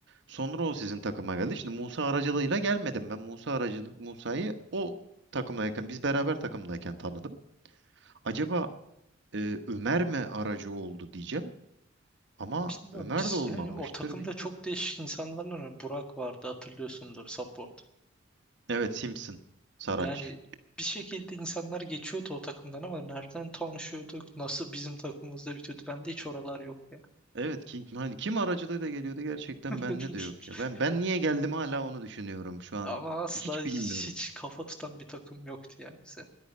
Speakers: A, on the right (about 60°); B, in the centre.
A: Sonra o sizin takıma geldi. Şimdi Musa aracılığıyla gelmedim ben. Musa aracı Musa'yı o takımdayken biz beraber takımdayken tanıdım. Acaba e, Ömer mi aracı oldu diyeceğim. Ama
B: Bilmiyorum
A: Ömer
B: biz
A: de olmamıştır
B: yani o takımda
A: bilmiyorum.
B: çok değişik insanlarla mı? Burak vardı hatırlıyorsundur support.
A: Evet Simpson. Saraç.
B: Yani bir şekilde insanlar geçiyordu o takımdan ama nereden tanışıyorduk? Nasıl bizim takımımızda bitiyordu? Bende hiç oralar yok ya.
A: Evet King hani kim aracılığıyla geliyordu gerçekten
B: <laughs>
A: bende de yok ya. Ben ben niye geldim hala onu düşünüyorum şu an.
B: Ama asla
A: Hiç
B: hiç
A: bilmiyorum.
B: kafa tutan bir takım yoktu ya bize.